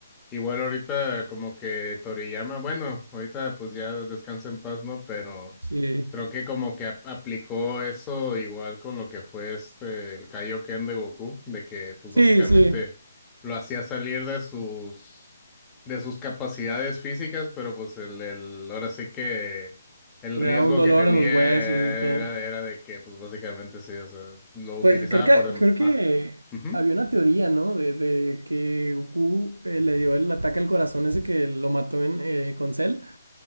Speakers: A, on the left; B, on the right.
A: Igual ahorita como que Toriyama, bueno, ahorita pues ya descansa en paz, ¿no? Pero
B: Sí,
A: creo que como que ap- aplicó eso igual con lo que fue este, el Kaioken de Goku, de que pues
B: sí,
A: básicamente
B: sí.
A: lo hacía salir de sus, de sus capacidades físicas, pero pues el, el, ahora sí que el
B: Le
A: riesgo
B: da un dolor
A: que tenía
B: en los huesos y todo.
A: era, era de que pues básicamente sí, o sea, lo utilizaba
B: Pues creo que,
A: por... dem-
B: creo que
A: Ah, ujú,
B: había una teoría, ¿no? De, de que Goku eh, le dio el ataque al corazón ese que lo mató en, eh, con Cell